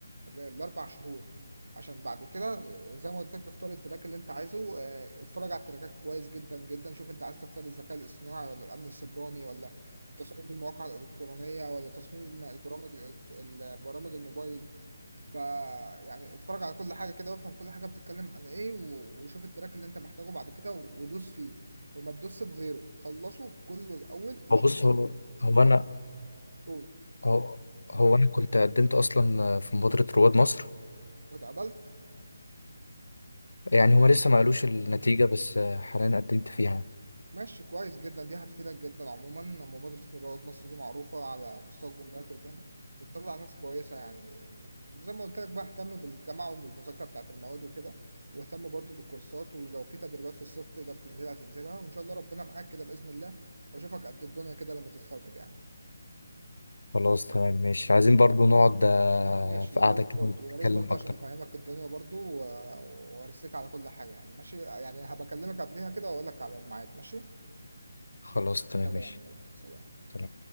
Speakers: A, on the right; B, on the left.
A: الاربع شهور عشان بعد كده زي ما قلت لك اختار التراك اللي انت عايزه آه، اتفرج على التراكات كويس جدا جدا شوف انت عايز تختار الذكاء الاصطناعي ولا الامن السيبراني ولا تصميم المواقع الالكترونيه ولا تصميم البرامج البرامج الموبايل ف يعني اتفرج على كل حاجه كده وافهم كل حاجه بتتكلم عن ايه و- وشوف التراك اللي انت محتاجه بعد كده و- ودوس فيه وما تدوس في غيره خلصه كله الاول واشتغل
B: هو بص هو هو انا
A: قول
B: هو, هو انا كنت قدمت اصلا في مبادره رواد مصر
A: واتقبلت
B: يعني هما لسه ما قالوش النتيجة بس آه، حاليا قدمت فيها يعني.
A: ماشي كويس جدا دي هتفيدك جدا عموما مبادرة رواد مصر دي معروفة على مستوى الجمهورية كلها بتطلع ناس كويسة يعني وزي ما قلت لك بقى اهتم بالجامعة وبالمذاكرة بتاعة المواد وكده واهتم برضو بالكورسات ولو في تدريبات في الصيف تقدر تنزلها تنزلها وإن شاء الله ربنا معاك كده بإذن الله وأشوفك قد الدنيا كده لما تتخرج يعني
B: خلاص تمام ماشي عايزين برضو نقعد آه،
A: ماشي
B: في
A: يا
B: قعدة
A: ريت
B: كده
A: برضو يا
B: نتكلم
A: ريت برضو
B: أكتر
A: عشان أفهمك الدنيا برضو و- وأرسيك على كل حاجة يعني ماشي يعني هبكلمك قبلها كده وأقول لك على الميعاد ماشي
B: خلاص تمام
A: سلام
B: ماشي
A: يلا سلام
B: تمام